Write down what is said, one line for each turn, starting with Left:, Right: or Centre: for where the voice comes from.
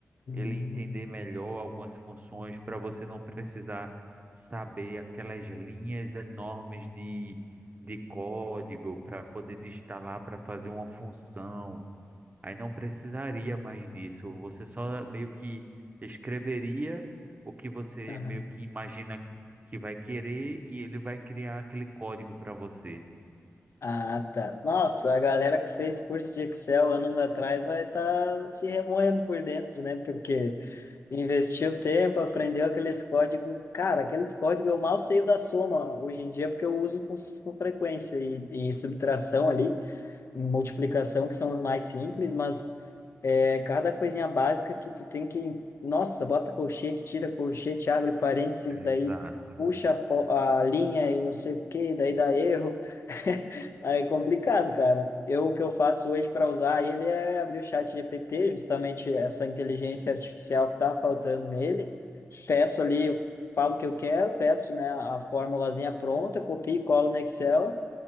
Left: hum,
Right: ele entender melhor algumas funções para você não precisar saber aquelas linhas enormes de, de código para poder digitar lá para fazer uma função. Aí não precisaria mais disso. Você só meio que escreveria o que você
Left: hum.
Right: meio que imagina que vai querer e ele vai criar aquele código para você.
Left: Ah, tá. Nossa, a galera que fez curso de Excel anos atrás vai estar se remoendo por dentro, né? Porque investiu tempo, aprendeu aqueles códigos. Cara, aqueles códigos eu mal sei o da soma hoje em dia, porque eu uso com, com frequência. E, e subtração ali, multiplicação, que são os mais simples, mas é, cada coisinha básica que tu tem que. Nossa, bota colchete, tira colchete, abre parênteses,
Right: Exato.
Left: daí puxa a, fo- a linha e não sei o que daí dá erro. <laughs> Aí é complicado, cara. Eu, o que eu faço hoje para usar ele é abrir o chat GPT, justamente essa inteligência artificial que está faltando nele. Peço ali, eu falo o que eu quero, peço, né, a formulazinha pronta, copio e colo no Excel